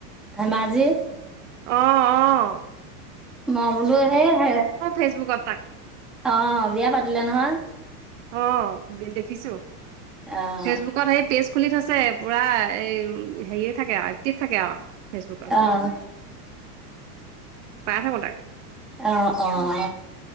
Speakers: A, in the centre; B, on the right.
A: মাজে।
B: অহ অহ।
A: মই বোলো সেই হ
B: ফেচবুকত তাক
A: অ বিয়া পাতিলে নহয়।
B: অ দেখিছো।
A: অ',
B: ফেচবুকত সেই। তেজ খুলি থছে পুৰা এই হেৰিয়ে থাকে আৰু। এক্টিভ থাকে আৰু ফেচবুকত
A: অহ।
B: পাই থাকো তাক।
A: অহ অহ।